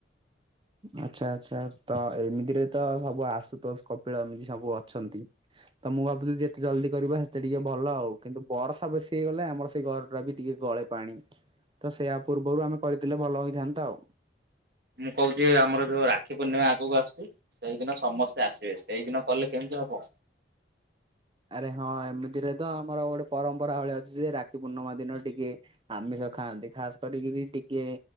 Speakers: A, on the right; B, on the right.
A: ଆଚ୍ଛା ଆଚ୍ଛା ତ ଏମିତିରେ ତ ସବୁ ଆସୁତୋଷ, କପିଳ ଏମିତି ସବୁ ଅଛନ୍ତି। ତ ମୁଁ ଭାବୁଥିଲି, ଯେତେ ଜଲଦି କରିବା ସେତେ ଟିକେ ଭଲ ଆଉ। କିନ୍ତୁ ବର୍ଷା ବେଶୀ ହେଇଗଲେ ଆମର ସେଇ ଘର ଟା ବି ଟିକେ ଗଳେ ପାଣି ତ ସେଇୟା ପୂର୍ବରୁ ଆମେ କରିଥିଲେ ଭଲ ହେଇଥାନ୍ତା ଆଉ।
B: ମୁଁ କହୁଚି ଆମର ଯୋଉ ରାକ୍ଷୀ ପୂର୍ଣ୍ଣିମା ଆଗକୁ ଆସୁଚି, ସେଇଦିନ ସମସ୍ତେ ଆସିବେ ସେଇ ହବ।
A: ଆରେ ହଁ ଏମିତିରେ ତ ଆମର ଗୋଟେ ପରମ୍ପରା ଭଳି ଅଛି ଯେ, ରାକ୍ଷୀ ପୂର୍ଣ୍ଣିମା ଦିନ ଟିକେ ଆମିଷ ଖାଆନ୍ତି ଖାସ କରିକି ବି ଟିକେ